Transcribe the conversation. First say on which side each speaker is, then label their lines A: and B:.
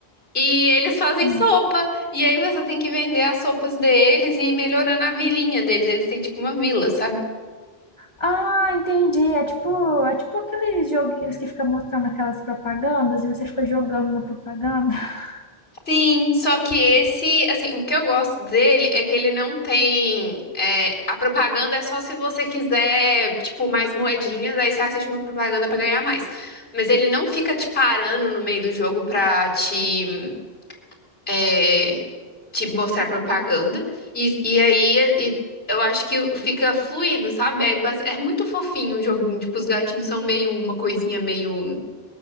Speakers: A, on the left; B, on the left.
A: E eles fazem
B: Hum.
A: sopa. E aí você tem que vender as sopas deles e ir melhorando a vilinha deles. Eles têm tipo uma vila, sabe?
B: Ah, entendi. É tipo, é tipo aqueles joguinhos que fica mostrando aquelas propagandas e você fica jogando na propaganda. <laughs>
A: Sim, só que esse, assim, o que eu gosto dele é que ele não tem. é, a propaganda é só se você quiser, tipo, mais moedinhas, aí você assiste uma propaganda pra ganhar mais. Mas ele não fica te parando no meio do jogo pra te, é, te mostrar propaganda. E, e aí é- e eu acho que fica fluido, sabe? Aí bas- é muito fofinho o joguinho, tipo, os gatinhos são meio uma coisinha meio. Não